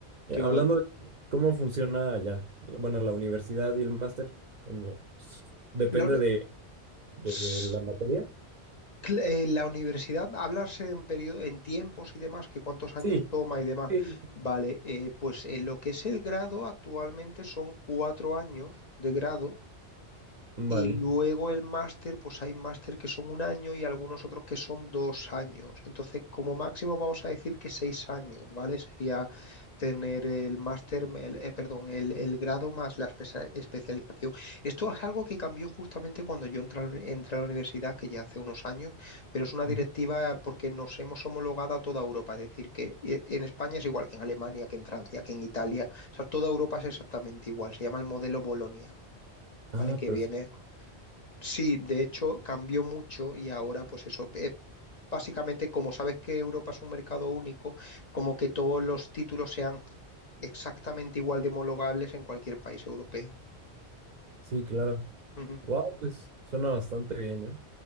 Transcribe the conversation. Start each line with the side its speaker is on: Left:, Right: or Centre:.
Right: Eh,
Left: qué
Right: hablando
Left: bueno.
Right: de cómo funciona allá, la- bueno, la universidad y el máster, como depende
Left: La, uni-
Right: de, de
Left: Ss,
Right: la materia.
Left: cl- eh, la universidad, hablarse en periodo, en tiempos y demás, que cuántos años
Right: Sí,
Left: toma y demás.
Right: sí.
Left: Vale, eh, pues en lo que es el grado, actualmente son cuatro años de grado.
Right: Vale.
Left: Y luego el máster, pues hay máster que son un año y algunos otros que son dos años. Entonces, como máximo vamos a decir que seis años, ¿vale? Sería tener el máster, el- eh, perdón, el, el grado más la espesa- especialización. Esto es algo que cambió justamente cuando yo entré, a la uni- entré a la universidad, que ya hace unos años, pero es una
Right: Ujú.
Left: directiva porque nos hemos homologado a toda Europa. Es decir, que eh, en España es igual que en Alemania, que en Francia, que en Italia. O sea, toda Europa es exactamente igual. Se llama el modelo Bolonia,
Right: Ah,
Left: ¿vale? Que
Right: perfecto.
Left: viene... Sí, de hecho cambió mucho y ahora pues eso, eh, básicamente como sabes que Europa es un mercado único, como que todos los títulos sean exactamente igual de homologables en cualquier país europeo.
Right: Sí, claro.
Left: Ujú.
Right: Wow, pues suena bastante bien, ¿eh?